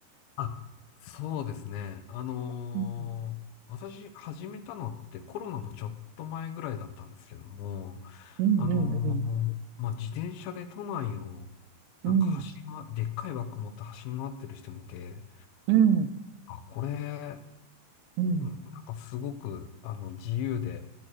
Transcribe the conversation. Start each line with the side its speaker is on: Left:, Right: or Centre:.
Left: あ、そうですね。あのー私始めたのってコロナのちょっと前ぐらいだったんですけども、
Right: うん、うん、
Left: あのーまあ、
Right: うん、
Left: 自転車で都内を、なんか走りま、
Right: うん、
Left: でっかいバッグ持って走り回ってる人見て、
Right: うん、
Left: あ、これ、
Right: うん。うん
Left: うん、なんかすごく、あの、自由で、